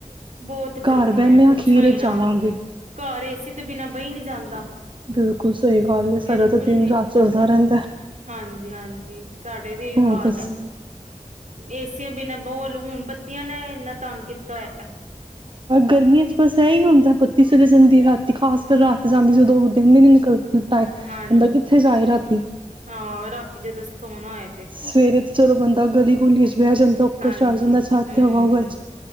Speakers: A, on the right; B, on the right.
A: ਬਹੁਤ ਗਰਮੀ
B: ਘਰ ਬਹਿੰਦੇ
A: ਹੈ
B: ਹਾਂ
A: ਪੁੱਛਾ
B: ਅਖੀਰ
A: ਹੀ
B: 'ਚ
A: ਨਾ,
B: ਜਾਵਾਂਗੇ
A: ਘਰ ਏਸੀ ਤੋਂ ਬਿਨਾਂ ਬਹੀ ਨਹੀਂ ਜਾਂਦਾ,
B: ਬਿਲਕੁਲ ਸਹੀ ਗੱਲ ਹੈ ਸਾਡਾ
A: ਬਿਲਕੁਲ
B: ਤਾਂ ਦਿਨ
A: ਨੀ
B: ਰਾਤ ਚੱਲਦਾ ਰਹਿੰਦਾ
A: ਹਾਂਜੀ ਹਾਂਜੀ ਸਾਡੇ ਵੀ ਇਹੀ
B: ਹੋਰ
A: ਹਾਲ
B: ਦੱਸੋ
A: ਹੈ ਏਸੀ ਤੇ ਬਿਨਾਂ ਬੋਲ ਹੁਣ ਬ ਉਹ ਨੇ ਇੰਨਾ ਤੰਗ ਕੀਤਾ ਹੋਇਆ।
B: ਗਰਮੀਆਂ ਚ ਬਸ ਇਹ ਹੀ ਹੁੰਦਾ ਪੱਤੀ ਸ ਨੀ ਰਾਤੀ ਖਾਸ
A: ਹਮ
B: ਕਰ ਰਾਤ ਜਾਂਦੀ ਜਦੋ ਦੋ ਦਿਨ ਮਹੀਨੇ <unintelligible> ਬੰਦਾ
A: ਹਾਂਜੀ
B: ਕਿੱਥੇ ਜਾਏ ਰਾਤੀ
A: ਹਾਂ, ਰਾਤੀ ਜਦੋਂ ਸੋਣਾ ਹੋਏ ਤੇ
B: ਸਵੇਰੇ ਤੇ ਚਲੋ ਬੰਦਾ ਗਲੀ <unintelligible> ਬਹਿ ਜਾਂਦਾ ਉੱਪਰ
A: ਹਾਂਜੀ,
B: ਚੜ ਜਾਂਦਾ
A: ਹੂੰ
B: ਛਾ ਤੇ ਹਵਾ ਉਹ ਚ